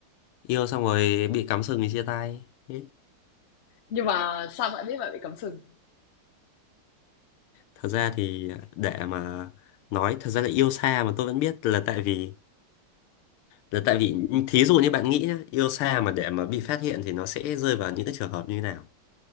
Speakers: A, on the left; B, on the left.
A: yêu xong rồi bị cắm sừng thì chia tay Thế.
B: Nhưng mà sao bạn biết bạn bị cắm sừng?
A: thật ra thì để mà nói thật ra là yêu xa mà tôi vẫn biết là tại vì Đấy, tại vì thí dụ như bạn nghĩ nhá, yêu xa mà để mà bị phát hiện thì nó sẽ rơi vào những cái trường hợp như thế nào